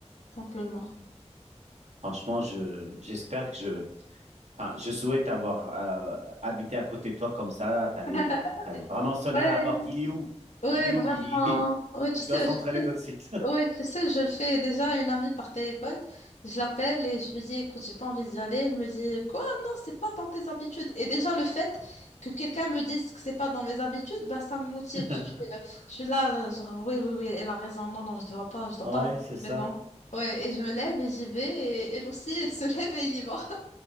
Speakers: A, on the left; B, on the right.
A: simplement.
B: Franchement, je, j'espère que je, enfin, je souhaite avoir euh, habité à côté de toi comme ça. T'allais,
A: <laughs>
B: euh, t'allais vraiment sonner
A: Ouais,
B: à la porte. Il est où?
A: ouais,
B: Il est
A: vraiment.
B: où? Il,
A: Ouais, tu
B: il
A: sais,
B: doit s'entraîner
A: tu sais-
B: tout de suite.
A: ouais, tu sais, je le fais déjà à une amie par téléphone. Je l'appelle et je lui dis, écoute, j'ai pas envie d'y aller. Elle me dit, quoi? Non, c'est pas dans tes habitudes. Et déjà, le fait que quelqu'un me dise que c'est pas dans mes habitudes, bah, ça me motive.
B: <laughs>
A: Je suis, euh, je suis là, là, genre, oui, oui, oui, elle a raison. Non, non, je dois pas, je dois
B: Ouais,
A: pas rester
B: c'est ça.
A: à la maison. Ouais, et je me lève et j'y vais. Et elle aussi, elle se <laughs> lève et elle y va.